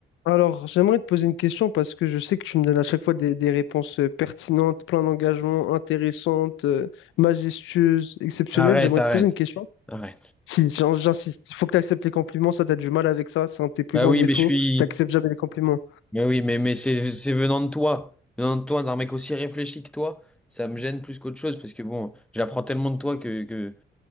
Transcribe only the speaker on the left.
Alors, j'aimerais te poser une question parce que je sais que tu me donnes à chaque fois des, des réponses euh, pertinentes, plein d'engagement, intéressantes, euh, majestueuses, exceptionnelles.
J'aimerais
te poser une question.
Si, si, j'insiste, il faut que tu acceptes les compliments, ça, t'as du mal avec ça, c'est un de tes plus
grands
défauts,
t'acceptes jamais les compliments.